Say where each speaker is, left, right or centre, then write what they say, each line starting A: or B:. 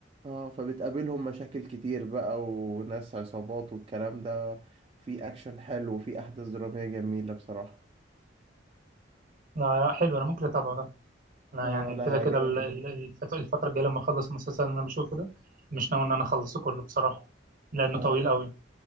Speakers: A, on the right; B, on the right.
A: آه فبتقابلهم مشاكل كتير بقى وناس عصابات والكلام ده في اكشن حلو وفي احداث درامية جميلة بصراحة
B: لا لا، حلو انا ممكن اتابعه ده انا
A: اه
B: يعني
A: لا
B: كده
A: هيعجبك
B: كده ال- ال-
A: أوي
B: الف- الفتره الجايه لما اخلص المسلسل اللي انا بشوفه ده مش ناوي ان انا اخلصه كله بصراحه لانه
A: اه
B: طويل قوي